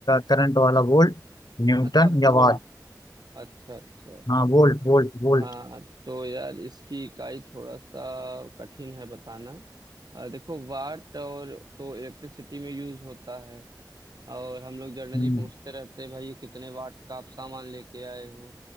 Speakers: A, on the left; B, on the right.
A: करंट वाला वोल्ट न्यूटन
B: अच्छा
A: या
B: बोल्ट
A: वाट
B: अच्छा अच्छा
A: हाँ वोल्ट वोल्ट वोल्ट
B: हाँ तो यार इसकी इकाई थोड़ा सा कठिन है बताना अ, देखो वाट और तो इलेक्ट्रिसिटी में यूज होता है और हम लोग जर्नली
A: हम्म,
B: पूछते रहते हैं भाई ये कितने वाट का आप सामान लेके आए हो